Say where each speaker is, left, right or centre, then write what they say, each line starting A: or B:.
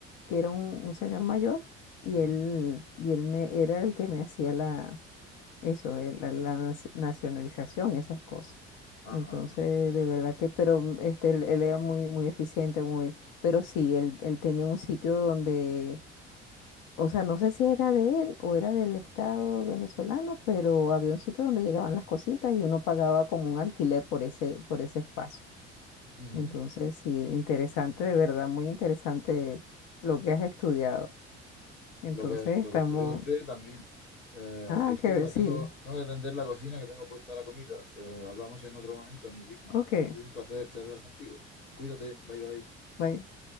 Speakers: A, on the left; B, on the left.
A: que era un, un señor mayor y
B: Ujú.
A: él, y él me, era el que me hacía la, Eso, eh, la, la naci- nacionalización y esas cosas.
B: Ajá.
A: Entonces,
B: ajá.
A: de verdad que, pero mm, este, él, él era muy, muy eficiente, muy, pero sí, él, él tenía un sitio donde, o sea, no sé si era de él o era del Estado venezolano, pero había un sitio donde llegaban las cositas y uno pagaba como un alquiler por ese, por ese espacio.
B: Ujú.
A: Entonces, sí, interesante, de verdad, muy interesante lo que has estudiado. Entonces,
B: Lo que, es- lo
A: estamos,
B: que estudió usted también. Eh,
A: ah,
B: disculpa,
A: que sí,
B: tengo, tengo que atender la cocina que tengo puesta la comida. Eh, hablamos en otro momento en el Big Mac.
A: ok,
B: Ha sido un placer charlar contigo. Cuídate, bye bye.
A: bye.